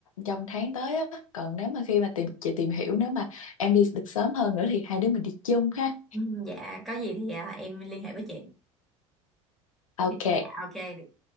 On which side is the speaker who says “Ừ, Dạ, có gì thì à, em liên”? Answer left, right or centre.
Centre